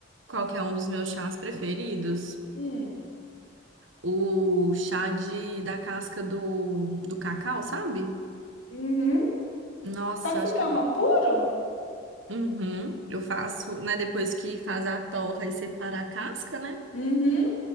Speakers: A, on the right; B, on the left.
A: qual que é um dos meus chás preferidos?
B: Hum.
A: O chá de, da casca do, do cacau, sabe?
B: Uhum.
A: Nossa,
B: Só que você
A: acho
B: toma
A: que... é
B: puro?
A: Uhum, eu faço, né, depois que faz a torra e separa a casca, né?
B: Uhum.